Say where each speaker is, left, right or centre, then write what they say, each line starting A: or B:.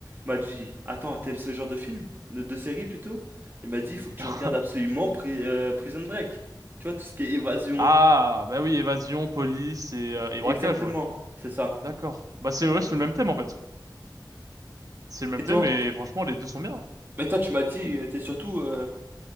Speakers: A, on the right; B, on the right.
A: il m'a dit, Attends, t'aimes ce genre de film? De, de série plutôt? Il m'a dit, il Faut que tu
B: <laughs>
A: regardes absolument Pri- euh, Prison Break. Tu vois, tout ce qui est évasion.
B: Ah, bah oui, évasion, police et, euh, et braquage,
A: Exactement,
B: ouais.
A: c'est ça.
B: D'accord. Bah c'est ouais, c'est le même thème en fait. C'est le même
A: Et toi,
B: thème et franchement les deux sont bien. hein.
A: mais toi, tu m'as dit, euh, t'es surtout euh,